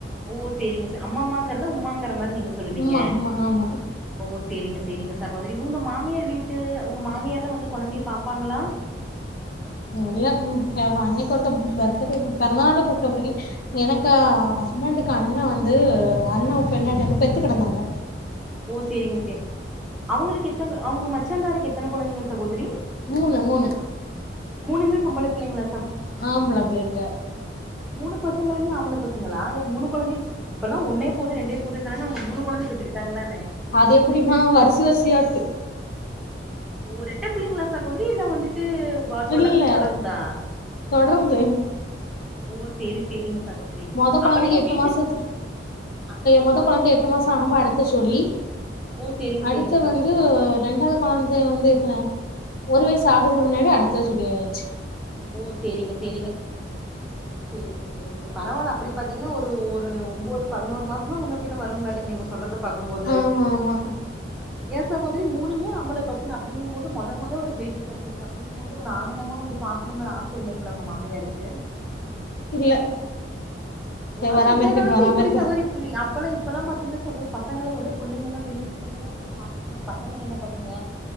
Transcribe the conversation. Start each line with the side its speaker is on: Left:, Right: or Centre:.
Centre: ஓ செரிங்க சார் அம்மாம்மாங்கரத உம்மாங்கிற மாரி நீங்க சொல்லுவீங்க
Left: உம்மா உம்மா ஆமா
Centre: ஓஸ் சேரிங்க சேரிங்க சகோதரி உங்க மாமியார் வீட்டு உங்க மாமியார்எல்லா வந்து கொழந்தைய பாப்பாங்களா
Left: அல்ல அன்னைக்கு ஒருத்த பர்த்டே பிறந்த நாள கூப்பிட்ட பிறக்க எனக்கு ஹஸ்பண்டுக்கு அண்ணே வந்து அண்ணா பெண்டாட்டி வந்து பெத்து கிடந்தாங்க
Centre: ஓ சேரிங்க சேரி அவுங்களுக்கு எத்தன அவுங்க மச்சான்ங்காருக்கு எத்தன கொழந்தைங்க சகோதரி
Left: மூனு மூனு
Centre: மூனுமே பொன்பள பிள்ளைங்களா
Left: ஆண்பள பிள்ளைங்க
Centre: மூனு பசங்களுமே ஆம்பல பசங்களா ஏ மூனு கொழந்தைய இப்ப எல்லா ஒன்னே போது ரெண்டே போதுங்குறாங்க மூனு கொழந்த பெத்துகிட்டாங்களா
Left: அது எப்டிம்மா வரிச வரிச யாட்டு
Centre: ஒ ரெட்ட பிள்ளைங்களா சகோதரி வெயில வந்துட்டு தொடர்ந்து
Left: இல்ல
Centre: தொடர்ந்தா
Left: தொடர்ந்து
Centre: ஓ சேரி சேரிங்க சகோதரி
Left: மொத கொழந்தைக்கு
Centre: அப்புற ஏ
Left: எட்டு
Centre: வீட்டுக்கு
Left: மாசத்
Centre: அப்புற ஏ
Left: மொத
Centre: சகோதரி
Left: கொழந்த
Centre: வீட்டு
Left: எட்டு மாச ஆமா அடுத்த சொல்லி
Centre: ஓ சேரிங்க
Left: அடுத்து
Centre: சேரிங்க சகோதரி
Left: வந்து ரெண்டாவது கொழந்த வந்து எத்தன ஒரு வயசு ஆகரது முன்னாடி அடுத்தது சொல்லியயாச்சு
Centre: ஓ சேரிங்க சேரிங்க சேரிங்க சரிங்க பரவால அப்டி பாத்தீங்கன்னா ஒரு ஒரு ஒம்போது பதினோரு மாசந்தா முன்ன பின்ன வரும்ங்களாட்டு நீங்க சொல்றது பாக்கும்போது
Left: ஆமா ஆமா
Centre: ஏ சகோதரி மூனும்மே ஆம்பள பசங்க அப்டிங்க போது மொத மொத ஒரு பேத்தி பெறந்திருக்கு அப்படிங்கும் போது ஒரு ஆனந்தமா வந்து பா க்கணுங்கற ஆச இல்லைங்களா உங்க மாமியாருக்கு
Left: இல்ல சரி
Centre: ஆனா
Left: வராம
Centre: இந்த
Left: இருக்கட்டு
Centre: காலத்துல
Left: வராம
Centre: எப்டி
Left: இருக்கு
Centre: சகோதரி இப்டி அப்பல்லா இப்பல்லா பாத்தீங்கன்னா சகோத பசங்கள விட புள்ளைங்கதா வேணு புள்ளைங்கதா வந்து பாத்துக்கோங்க பசங்க என்ன பசங்க